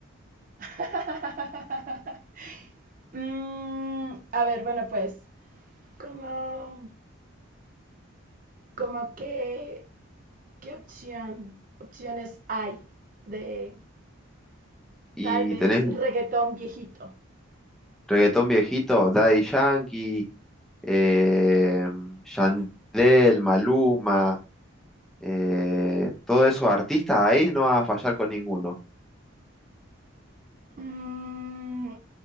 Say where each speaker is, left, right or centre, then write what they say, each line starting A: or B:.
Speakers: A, on the right; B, in the centre.
A: <laughs> Mm, a ver, bueno, pues, como, como qué, qué opción, opciones hay de
B: Y
A: tal vez
B: tenés
A: reggaetón viejito.
B: reggaetón viejito, Daddy Yankee, eh, Yandel, Maluma, eh, todos esos artistas, ahí no vas a fallar con ninguno.
A: Mm,